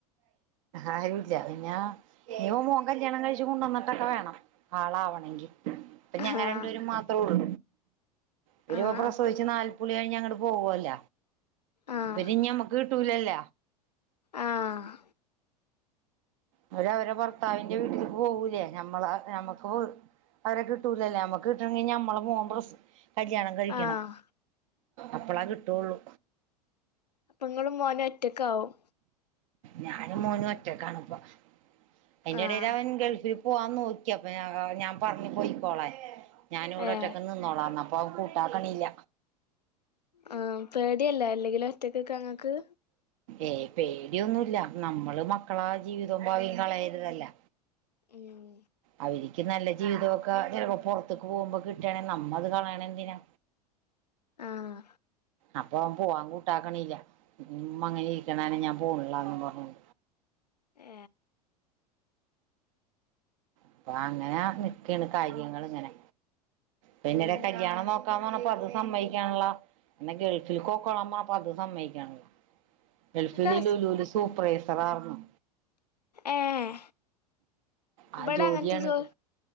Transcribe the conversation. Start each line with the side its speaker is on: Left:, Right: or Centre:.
Right: ആരൂല്ല പിന്നെ ഇനിയൊരു മോൻ കല്യാണം കഴിച്ചു കൊണ്ട് വന്നിട്ടൊക്കെ വേണം ആളാവണെങ്കി ഇപ്പ
Left: ആഹ്
Right: ഞങ്ങ രണ്ടുപേരും മാത്ര ഉള്ളൂ <unintelligible>
Left: ആഹ്
Right: പ്രസവിച്ചു നാല് പുളി കഴിഞ്ഞങ്ങ് അങ്ങട് പോവുവല്ല
Left: ആഹ്
Right: പി ഞമക്ക് റ്റൂലല്ല
Left: ആഹ്
Right: അവര് അവരെ ഭർത്താവിന്റെ വീട്ടില് പോകൂലേ നമ്മള് നമ്മക്ക് അവരെ കിട്ടൂലല്ലേ നമ്മക്ക് കിട്ടണെ നമ്മളെ മോൻ പ്രസ് കല്യാണം കഴിക്കണം
Left: ആഹ്
Right: അപ്പളേ കിട്ടുള്ളു
Left: അപ്പം ഇങ്ങളും മോനും ഒറ്റക്ക് ആവും
Right: ഞാനും മോനും ഒറ്റക്കാണിപ്പം അതിന്റെ
Left: ആഹ്
Right: ഇടയിൽ അവൻ ഗൾഫിൽ പോവാൻ നോക്കിയപ്പം ഞാൻ പറഞ്ഞ് പൊയ്ക്കോളാൻ ഞാൻ ഇവിടെ
Left: ഏഹ്
Right: ഒറ്റക്ക് നിന്നോളാം എന്ന് അപ്പൊ അവൻ കൂട്ടാക്കണില്ല
Left: ആ പേടിയല്ലേ അല്ലെങ്കിലും ഒറ്റക്ക്ക്ക ഇങ്ങക്ക്
Right: ഏയ് പേടിയൊന്നുമില്ല നമ്മള് മക്കളാ ജീവിതവും ഭാവിയും കളയരുതല്ലോ
Left: ഉം
Right: ആയിരി എനിക്ക് നല്ല ജീവിതമൊക്കെ ചിലപ്പോ പൊറത്തേക്ക് പോകുമ്പോ കിട്ടുകയാണെ നമ്മള് കളയണത് എന്തിനാ
Left: ആഹ്
Right: അപ്പൊ അവൻ പോവാൻ കൂട്ടാക്കണില്ല ഉം അങ്ങനെ ഇരിക്കണേന് ഞാൻ പോണില്ലാന്നും പറഞ്ഞ്
Left: ഏ
Right: അപ്പൊ അങ്ങനെ നിക്കെയാണ് കാര്യങ്ങള് ഇങ്ങനെ പിന്നീട്
Left: ഉം
Right: കല്യാണം നോക്ക നോക്കാന്ന് പറഞ്ഞപ്പം അത് സമ്മയ്ക്കണില്ല എന്നാ ഗൾഫിൽ പൊക്കോളാൻ അപ്പം അതും സമ്മയ്ക്കുന്നില്ല ഗൾഫില്
Left: ഇങ്ങക്ക്
Right: ഈ
Left: ഹസ്
Right: ലുലുവിൽ സൂപ്പർവൈ തല കറങ്ങും
Left: ഏഹ്
Right: ആ
Left: ഇവിടെ
Right: ജോലിയാണിത്
Left: അങ്ങനത്തെ ജോ